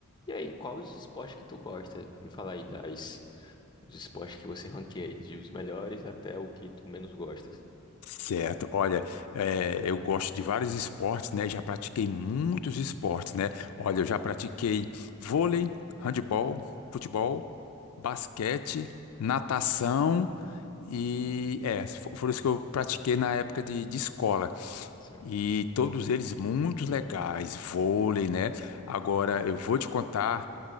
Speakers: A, on the left; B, on the left.
A: E aí, qual os esportes que tu gosta? Me fala aí das, dos esportes que você ranqueia, aí, de os melhores até o que tu menos gostas.
B: Certo, olha, eh, eu gosto de vários esportes, né? Já pratiquei muitos esportes, né? Olha,
A: Hum,
B: eu já pratiquei vôlei, handebol, futebol, basquete, natação e é, fo- foram os que eu pratiquei na época de, de escola.
A: sim.
B: E todos eles muito legais, vôlei, né? Agora eu vou te contar.